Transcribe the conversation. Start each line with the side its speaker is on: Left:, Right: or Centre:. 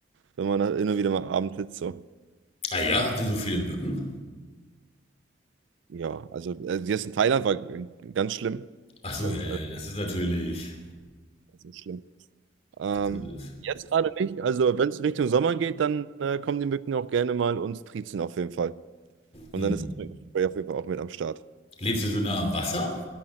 Right: wenn man da immer wieder mal abends sitzt. So.
Left: Ah ja, habt ihr so viele Mücken?
Right: Ja, also, also jetzt in Thailand war g- ganz schlimm.
Left: Ach so,
Right: Das hat,
Left: ja, ja,
Right: also,
Left: das ist natürlich.
Right: so schlimm. Ähm,
Left: Das ist,
Right: jetzt gerade nicht. Also wenn es Richtung Sommer geht, dann äh, kommen die Mücken auch gerne mal und triezen auf jeden Fall. Und
Left: hm.
Right: dann ist das Mückenspray auf jeden Fall auch mit am Start.
Left: Lebst du so nah am Wasser?